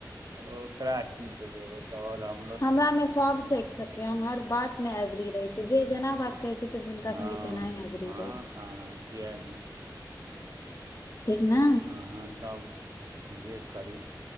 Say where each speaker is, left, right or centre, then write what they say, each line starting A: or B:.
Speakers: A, on the right; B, on the left.
A: ओकरा की देबै ओ तऽ और हम
B: हमरा मे सब सख सके हम हर बात में एग्री रहे जे जेना बात कहै छै त तिनका
A: हँ
B: संगे तेनाही एग्री
A: हँ
B: रहै छै।
A: हँ किया नहि
B: ठीक ने
A: हँ हँ सभ जे करी